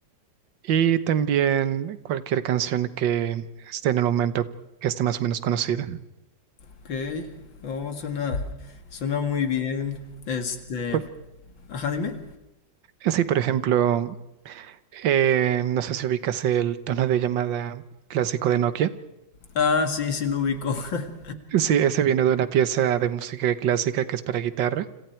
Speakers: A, on the right; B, on the left.
A: y también cualquier canción que esté en el momento que esté más o menos conocida.
B: Ok, oh, suena, suena muy bien. Este,
A: Por,
B: ajá, dime.
A: eh, sí, por ejemplo, eh, no sé si ubicas el tono de llamada clásico de Nokia.
B: Ah, sí, sí lo ubico. <laughs>
A: Sí, ese viene de una pieza de música clásica que es para guitarra.